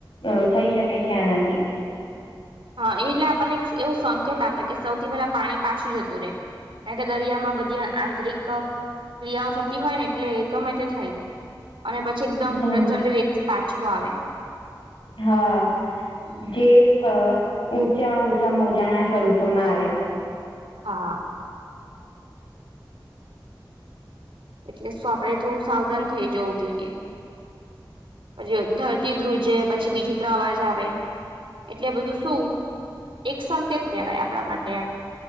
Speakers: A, on the left (about 80°); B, on the right (about 90°).
A: અ થઈ શકે છે એનાથી.
B: હન એટલે આપડને એક એવું સંકેત આપે કે સૌથી પેલા પાણી પાછું જતું રે. કારણ કે દરિયામાં બધી આંતરિક ક્રિયાઓ થતી હોય ને એટલે ગમે તે થાય. અને પછી એકદમ
A: હમ
B: પ્રચંડ વેગથી પાછું આવે.
A: હા, જે અ ઊંચા-ઊંચા મોજાના સ્વરૂપમાં આવે.
B: હા. એટલે શું આપડે થોડું સાવધાન થઈ જવું જોઈએ. અજી અ ધરતી ધ્રુજે, પછી વિચિત્ર અવાજ આવે એટલે બધું શું, એક સંકેત કેહેવાય આપડા માટે એમ.